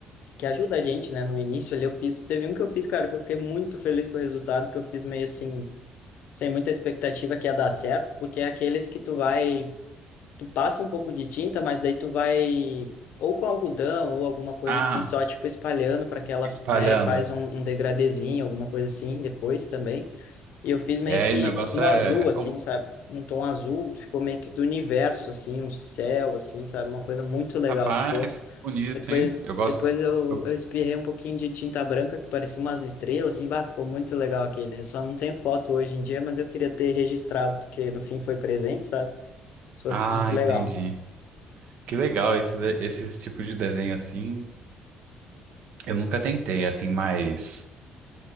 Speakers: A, on the left (about 65°); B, on the right (about 60°).
A: que ajuda a gente, né, no início ali eu fiz, teve um que eu fiz, cara, que eu fiquei muito feliz com o resultado, que eu fiz meio assim, sem muita expectativa que ia dar certo, porque é aqueles que tu vai tu passa um pouco de tinta, mas daí tu vai ou com algodão ou alguma coisa
B: Ah,
A: assim, só tipo espalhando para que ela,
B: espalhando.
A: né, e faz um, um degradezinho, alguma coisa assim depois também. E eu fiz meio
B: É,
A: que
B: o negócio
A: no
B: é
A: azul, assim,
B: complexo
A: sabe? Num tom azul, ficou meio que do universo, assim, um céu, assim, sabe? Uma coisa muito legal
B: Rapaz,
A: ficou.
B: que bonito,
A: Depois,
B: hein? Eu gosto.
A: depois eu,
B: eu-
A: eu espirrei um pouquinho de tinta branca, que parecia umas estrelas, assim, bah, ficou muito legal aquele. Eu só não tenho foto hoje em dia, mas eu queria ter registrado, porque no fim foi presente, sabe? Isso foi
B: Ah,
A: muito legal.
B: entendi. Que legal esse, de- esses tipos de desenho assim. Eu nunca tentei, assim, mais,